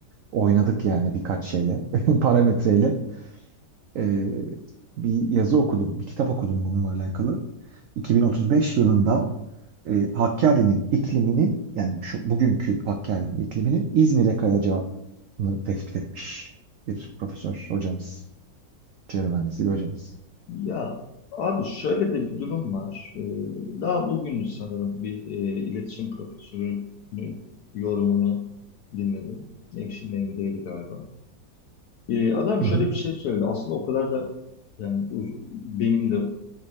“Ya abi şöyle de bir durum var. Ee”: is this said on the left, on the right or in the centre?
Left